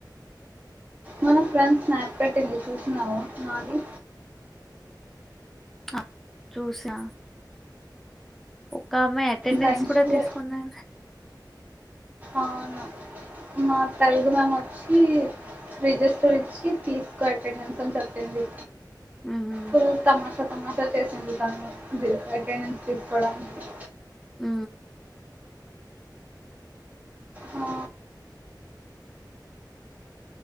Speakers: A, on the right (about 20°); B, in the centre.
A: మన ఫ్రెండ్స్ స్నాప్ పెట్టింది చూసినావా నాది
B: ఆ చూసా ఒక ఆమె అటెండెన్స్
A: బెంచ్లో
B: కూడా తీసుకునే
A: అవును మా తెలుగు మేం వచ్చి రిజిస్టర్ ఇచ్చి తీసుకో అటెండెన్స్ అని చెప్పింది
B: ఉహు
A: ఫుల్ తమాషా సమాసా చేసింది తను వెక నుస్ తీసుకోవడానికి
B: ఆ
A: ఆ